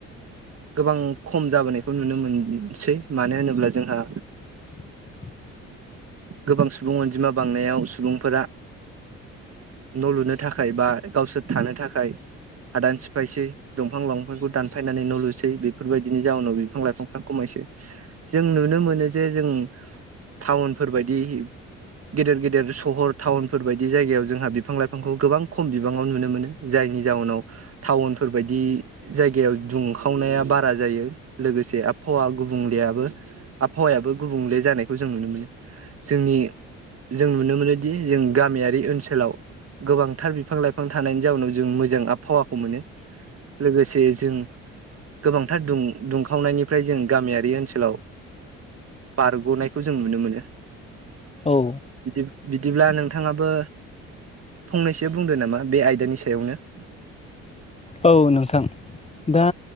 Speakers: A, on the right; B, on the left.
A: गोबां खम जाबोनायखौ नुनो मोनसै मानो होनोब्ला जोंहा
B: <inaudible>
A: गोबां सुबुं अनजिमा बांनायाव सुबुंफोरा न' लुनो थाखाय बा गावसोर थानो थाखाय हादाननि सिफाइसै। दंफां- लांफांखौ दानफायनानै न' लुसै बेफोर बायदिनि जाउनाव बिफां-लाइफांफ्रा खमायसै। जों नुनो मोनो जे जों टाउनफोर बायदि गेदेर-गेदेर सहर टाउनफोर बायदि जायगायाव जोंहा बिफां-लाइफांखौ गोबां खम बिबाङाव नुनो मोनो जायनि जाउनाव टाउनफोर बायदि जायगायाव दुंखावनाया बारा जायो लोगोसे आबहावा गुबुंलेया बो आबहावायाबो गुबुंले जानायखौ जों नुनो मोनो जोंनि जों नुनो मोनोदि जों गामियारि ओनसोलाव गोबांथार बिफां लाइफां थानायनि जाउनाव जों मो जों आबहावाखौ मोनो लोगोसे जों गोबांथार दुं दुंखावनायनि ओमफ्राय जों गामियारि ओनसोलाव बारग'नायखौ जों नुनो मोनो।
B: औ
A: बिदिब बिदिब्ला नोंथाङाबो फंनैसो बुंदो नामा? बे आयदानि सायावनो <inaudible>
B: औ नोंथां दा